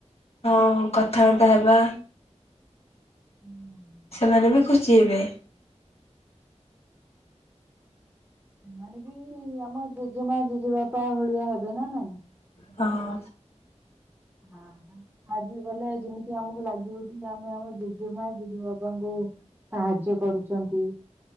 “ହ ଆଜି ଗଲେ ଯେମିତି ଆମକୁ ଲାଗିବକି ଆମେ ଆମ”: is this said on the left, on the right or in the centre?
Right